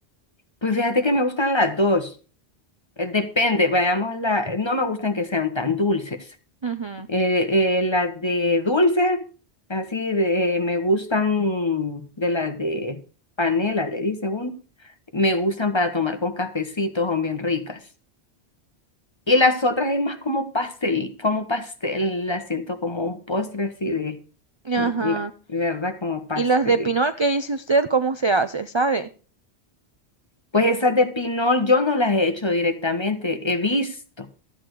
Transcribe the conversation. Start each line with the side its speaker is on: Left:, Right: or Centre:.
Left: pues fíjate que me gustan las dos. Eh, Depende, veamos la, no me gustan que sean tan dulces.
Right: Ujú.
Left: Eh, eh, las de dulce, así de, me gustan de las de panela, le dice uno. Me gustan para tomar con cafecitos, son bien ricas. Y las otras es más como pastel, como pastel, la siento como un postre así de,
Right: Ajá.
Left: de, pla- de verdad, como pastel.
Right: ¿Y las de pinol que dice usted cómo se hace, sabe?
Left: Pues esas de pinol yo no las he hecho directamente, he visto.